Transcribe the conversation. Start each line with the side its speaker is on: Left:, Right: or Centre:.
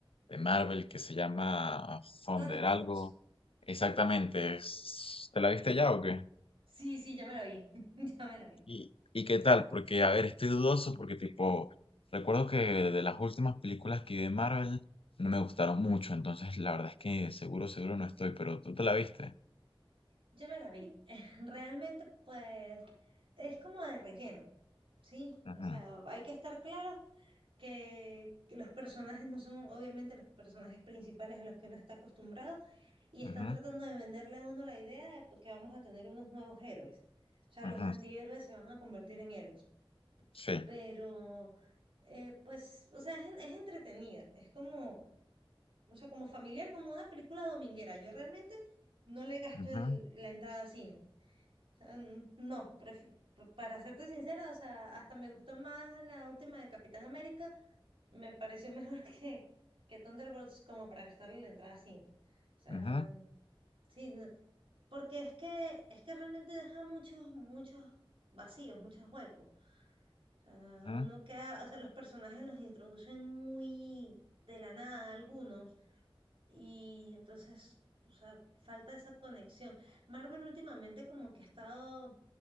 Left: de Marvel que se llama Thunder
Right: Thunderbolts.
Left: algo. Exactamente, es- ¿te la viste
Right: Sí,
Left: ya o qué?
Right: sí, sí, ya me la vi, <laughs> ya me la vi.
Left: ¿Y, y qué tal? Porque, a ver, estoy dudoso porque tipo, recuerdo que de las últimas películas que vi de Marvel no me gustaron mucho, entonces la verdad es que seguro, seguro no estoy, pero tú te la viste.
Right: Yo me la vi. <laughs> Realmente, pues, es como de relleno, ¿sí?
Left: Ujú,
Right: O sea, hay que estar claro que, que los personajes no son obviamente los personajes principales a los que uno está acostumbrado y están
Left: ujú,
Right: tratando de venderle a uno la idea de pues, que vamos a tener unos nuevos héroes. O sea,
Left: ujú,
Right: los antihéroes se van a convertir en héroes.
Left: Sí.
Right: Pero, eh, pues, o sea, es, en- es entretenida. Es como, o sea, como familiar, como una película dominguera. Yo realmente no le gasto
Left: Ujú,
Right: el- la entrada a cine sea, n- no, pref- para serte sincera, o sea, hasta me gustó más la última de Capitán América, me pareció mejor <laughs> que, que Thunderbolts como para gastarle la entrada a cine. O sea,
Left: ujú,
Right: sí, no- porque es que, es que realmente deja muchos, muchos vacíos, muchos huecos. O sea,
Left: ujú.
Right: uno queda, o sea, los personajes los introducen muy de la nada, algunos. Y entonces, o sea, falta esa conexión. Marvel últimamente como que ha estado,